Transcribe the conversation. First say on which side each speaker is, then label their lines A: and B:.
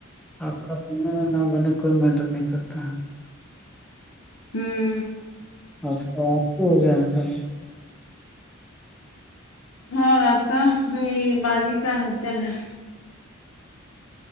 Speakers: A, in the centre; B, on the left.
A: آپ کا بنے نہ بنے کوئی میٹر نہیں کرتا ہے
B: ہوں
A: اب تو آر کی ہو گیا سب
B: اور آپ کا یہ بازی کا حل چل ہے